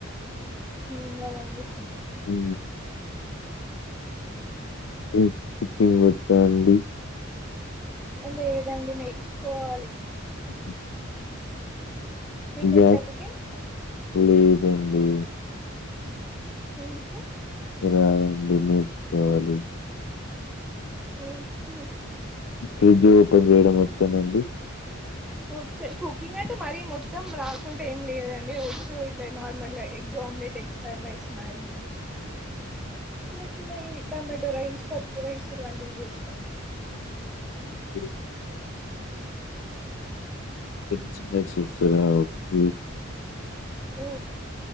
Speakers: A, in the centre; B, on the left.
A: ఏం కాదండి
B: ఉ కు కుకింగ్ వచ్చా అండి
A: లేదండి నేర్చుకోవాలి
B: ఉ
A: మీకు
B: హ గ్యాస్
A: వచ్చా కుకింగ్
B: లేదండి
A: ఎందుకు
B: రాదండి నేర్చుకోవాలి
A: ఓకే
B: ఫ్రిడ్జ్ ఓపెన్ చేయడం వచ్చానండి
A: వచ్చండి కుకింగ్ అంటే మరీ మొత్తం రాకుంట ఏం లేదండి వచ్చు ఇట్లా నార్మల్గా egg omelette egg fry rice Maggi
B: ఉ
A: చిన్న చిన్నవి ఎగ్ ఆమ్లెట్ రైస్ పప్పు రైస్ అలాంటివి చేస్తా
B: ఓకే. ఎక్సప్రెస్ చూస్తారా ఊ
A: ఆ